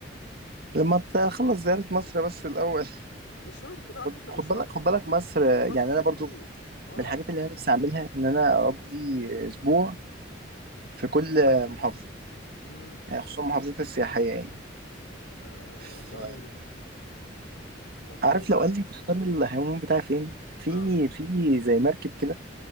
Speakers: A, on the right; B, on the left.
A: لما تخلص زيارة مصر بس الأول
B: مش شرط لا على
A: خد
B: فكره
A: خد
B: مش شرط
A: بالك خد بالك مصر يعني
B: مصر فيها
A: أنا
B: كتير
A: برضو من
B: اه
A: الحاجات اللي أنا نفسي أعملها إن أنا أقضي أسبوع في كل محافظة
B: امم
A: يعني خصوصا المحافظات السياحية يعني
B: آه
A: ف-
B: والله والله
A: عارف
B: فعلا
A: لو قال لي تختار الهيموم بتاعي فين في
B: اه
A: في زي مركب كده